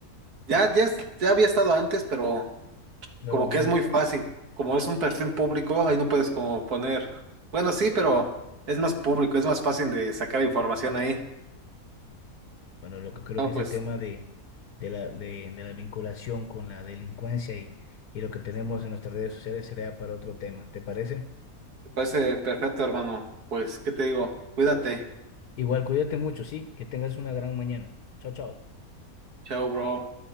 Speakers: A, on the right; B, on the left.
A: Ya, ya, es- ya había estado antes, pero
B: nuevamente.
A: como que es muy fácil. Como es un perfil público, ahí no puedes como poner. Bueno, sí, pero es más público, es más fácil de sacar información ahí.
B: Bueno, lo que creo
A: No,
B: que ese
A: pues,
B: tema de, de la, de, de la vinculación con la delincuencia y, y lo que tenemos en nuestras redes sociales sería para otro tema, ¿te parece?
A: me parece perfecto, hermano. Pues, ¿qué te digo? Cuídate.
B: Igual, cuídate mucho, sí, que tengas una gran mañana. Chao, chao.
A: Chao, bro.